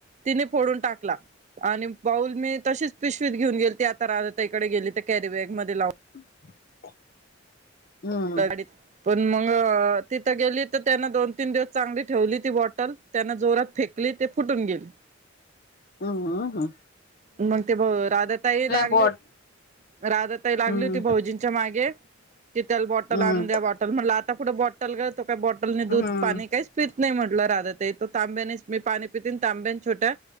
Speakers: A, on the right (about 35°); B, on the left (about 50°).
A: तिने फोडून टाकला. आणि बाऊल मी तशीच पिशवीत घेऊन गेलती आता राधाताई कडे गेली त कॅरी बॅग मध्ये ला
B: <inaudible> हम्म
A: गाडीत पण मगं ते त गेली तर त्यांन दोन तीन दिवस चांगली ठेवली ती बॉटल त्यान जोरात फेकली ते फुटून गेली.
B: अ हां
A: मग ते भा राधाताई लागली
B: बॉट
A: राधाताई लागली
B: हम्म
A: होती भाौजींच्या मागे. कि त्याल बॉटल
B: हम्म
A: आणून द्या बॉटल म्हटलं आता कुठं बॉटल ग तो का बॉटलने
B: हम्म
A: दूध पाणी काहीच पीत नाही म्हटल राधा ताई तो तांब्यानीच मी पिते न तांब्या छोट्या